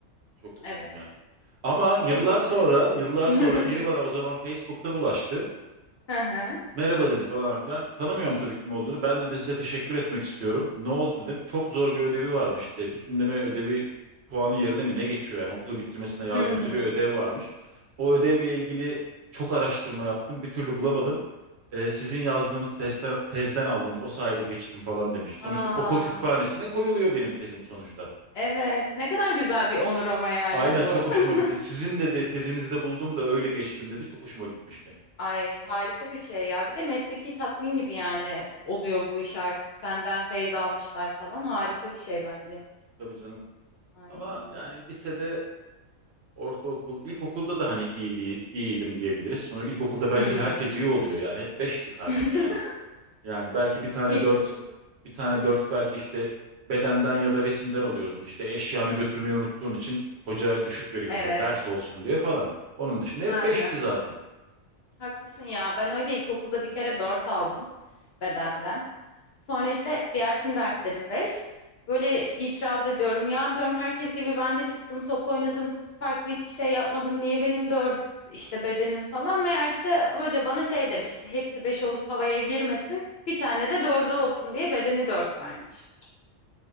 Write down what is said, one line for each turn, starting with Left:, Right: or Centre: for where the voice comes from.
Right: Çok okudum
Left: evet.
Right: yani. Ama yıllar
Left: Bir de bir sene.
Right: sonra, yıllar
Left: <laughs>
Right: sonra biri bana o zaman Facebook'tan ulaştı.
Left: Hı hı.
Right: Merhaba dedi falan filan. Tanımıyorum tabii kim olduğunu. Ben dedi size teşekkür etmek istiyorum. Ne oldu dedim. Çok zor bir ödevi varmış işte. Bütünleme ödevi puanı yerine mi ne geçiyor yani okulu bitirmesine yardımcı
Left: Hmm.
Right: bir ödev varmış. O ödevle ilgili çok araştırma yaptım. Bir türlü bulamadım. Ee, sizin yazdığınız tezden, tezden aldım. O sayede geçtim falan demiş.
Left: Aa,
Right: Sonuçta okul kütüphanesine koyuluyor benim tezim sonuçta.
Left: evet. Ne kadar güzel bir onur ama yani
Right: Aynen
Left: bu.
Right: çok hoşuma
Left: <laughs>
Right: gitti. Sizin dedi tezinizi de buldum da öyle geçtim dedi. Çok hoşuma gitmişti.
Left: Ay harika bir şey ya. Bir de mesleki tatmin gibi yani oluyor bu iş artık. Senden feyz almışlar falan. Harika bir şey bence.
Right: Tabii canım.
Left: Ay.
Right: Ama yani lisede Ortaokul, ilkokulda da hani iyiydi, iyiydim diyebiliriz. Sonra ilkokulda bence
Left: Hı hı.
Right: herkes iyi oluyor yani. Hep beşti karnem
Left: <laughs>
Right: yani. Yani belki bir tane
Left: İlkokul.
Right: 4, bir tane 4 belki işte bedenden ya da resimden alıyordun. İşte eşyanı götürmeyi unuttuğun için hoca düşük veriyordu.
Left: Evet.
Right: Ders olsun diye falan. Onun dışında
Left: Aynen.
Right: hep beşti zaten.
Left: Haklısın ya. Ben öyle ilkokulda bir kere 4 aldım bedenden. Sonra işte diğer tüm derslerim 5. Böyle itiraz ediyorum. Ya diyorum herkes gibi ben de çıktım, top oynadım. Farklı hiçbir şey yapmadım. Niye benim 4 işte bedenim falan? Meğerse hoca bana şey demiş işte hepsi 5 olup havaya girmesin. Bir tane de dördü olsun diye bedeni 4 vermiş.